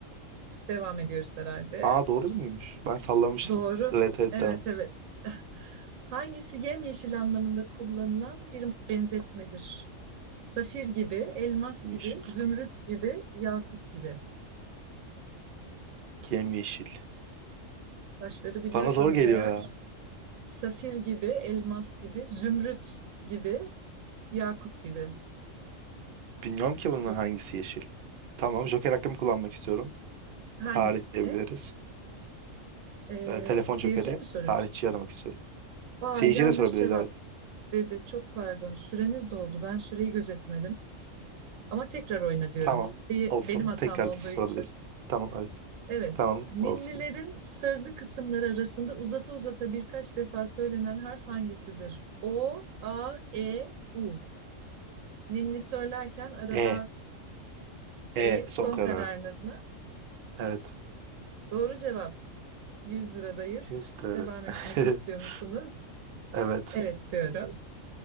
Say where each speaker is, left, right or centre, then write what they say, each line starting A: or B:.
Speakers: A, on the right; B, on the right.
A: Devam ediyoruz herhalde.
B: Ha doğru muymuş? Ben sallamıştım.
A: Doğru.
B: Evet evet
A: Evet
B: devam.
A: evet. <laughs> Hangisi yemyeşil anlamında kullanılan bir benzetmedir? Safir gibi, elmas gibi,
B: Yeşil.
A: zümrüt gibi, yakut gibi.
B: Kim yeşil?
A: Taşları biliyorsanız
B: Bana zor geliyor
A: eğer
B: ya.
A: Safir gibi, elmas gibi, zümrüt gibi, yakut gibi.
B: Bilmiyorum ki bunun
A: Zü-
B: hangisi yeşil. Tamam Joker hakkımı kullanmak istiyorum.
A: Hangisini?
B: Tarih diyebiliriz.
A: Ee,
B: Ee, telefon
A: seyirciye
B: Joker'i.
A: mi soruyoruz?
B: Tarihçiyi aramak istiyorum.
A: Aa
B: Seyirciye
A: yanlış
B: de sorabiliriz
A: cevap
B: evet.
A: dedi. Çok pardon. Süreniz doldu. Ben süreyi gözetmedim. Ama tekrar oyna diyorum.
B: Tamam
A: Süreyi
B: olsun.
A: benim hatam
B: Tekrar
A: olduğu
B: da sorabiliriz.
A: için.
B: Tamam evet.
A: Evet.
B: Tamam
A: Ninnilerin
B: olsun.
A: sözlü kısımları arasında uzata uzata birkaç defa söylenen harf hangisidir? O, A, E, U. Ninni söylerken arada
B: E.
A: E
B: E son
A: son
B: kararım.
A: kararınız mı?
B: Evet.
A: Doğru cevap. 100 liradayız.
B: Yüzleri.
A: Devam etmek
B: <laughs>
A: istiyor musunuz?
B: Evet.
A: Evet diyorum.